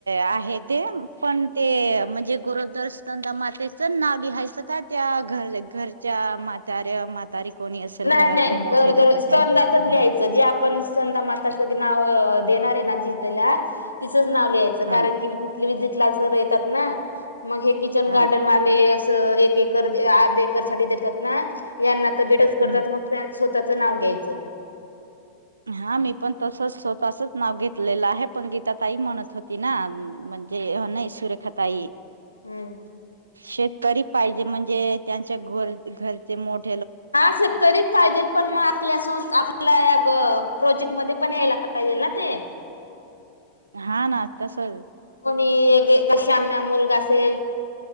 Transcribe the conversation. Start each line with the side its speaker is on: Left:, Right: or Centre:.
Right: आहे ते पण ते म्हणजे गुरु स्दंदा मातेचं नाव लिहायचं का त्या घर घरच्या म्हाताऱ्या म्हातारी कोणी असेल
Left: नाही
Right: घरातले
Left: नाही
Right: मोठे
Left: घर
Right: लोक
Left: जरं स्दंदाच
Right: त्यां
Left: लिहायचं जे आपण स्दंदा माताचं नाव देणार आहे ना ज तिचच नाव लिहायचं
Right: हा
Left: कारण की विझिट ला सर येतात ना, मग हे किचन
Right: हा
Left: गार्डनवाले असं एक एकर आठ एकर साठी देतात ना यांना तर बेटच करतात
Right: हम्म
Left: मग त्यां स्वतःच नाव घ्यायचं.
Right: हा मी पण तसच स्वतःचच नाव घेतलेलं आहे पण गीता ताई म्हणत होती ना म्हणजे नाही सुरेखाताई
Left: हम्म
Right: शेतकरी पाहिजे म्हणजे त्यांच्या घर घरचे मोठ
Left: हा शेतकरीच पाहिजे पण मग आपल्या सं आपल्या प्रोजेक्ट मध्ये पण यायला पाहिजे ना ते,
Right: हा ना तसच
Left: मी एक श्याम मुलगा असेल